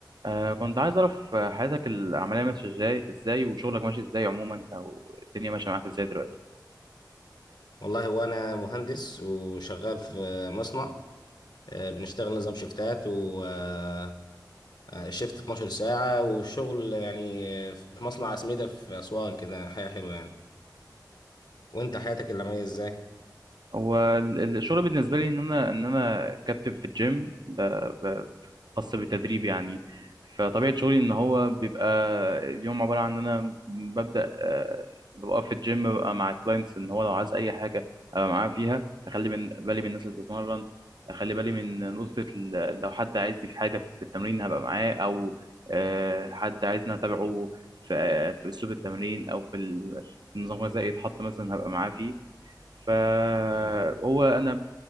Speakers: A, on the right; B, on the left.
A: آه كنت عايز أعرف آه، حياتك العملية ماشية إزاي إزاي وشغلك ماشي إزاي عموما أو الدنيا ماشية معاك إزاي دلوقتي
B: والله هو انا مهندس وشغال في مصنع آه، بنشتغل نظام شيفتات و آه، آه، شيفت 12 ساعة والشغل يعني آه، في مصنع عسميدة في أسوان كده حياة حلوة يعني وانت حياتك العملية ازاي؟
A: هو ال- ال- الشغل بالنسبه لي ان انا ان انا كابتن في الجيم ب- ب- خاص بالتدريب يعني فطبيعه شغلي ان هو بيبقى اليوم عباره عن ان انا ببدا آه، ببقى في الجيم ببقى مع الكلاينتس ان هو لو عايز اي حاجه ابقى معاه فيها اخلي من بالي من الناس اللي بتتمرن اخلي بالي من نقطه ال- لو حد عايزني في حاجه في التمرين هبقى معاه او آه، حد عايزني اتابعه في آه، في اسلوب التمرين او في ال- في النظام الغذائي يتحط مثلا هبقى معاه فيه فهو
B: مم.
A: انا